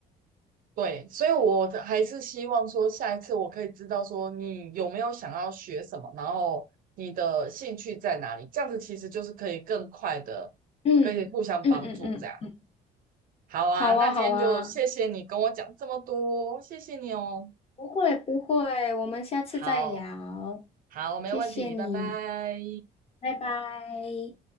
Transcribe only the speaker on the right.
对，所以我的还是希望说，下一次我可以知道说你有没有想要学什么，然后你的兴趣在哪里，这样子其实就是可以更快的可以互相帮助这样。
好啊，
那今天就谢谢你跟我讲这么多，谢谢你哦。
好，好，没问题，
拜拜。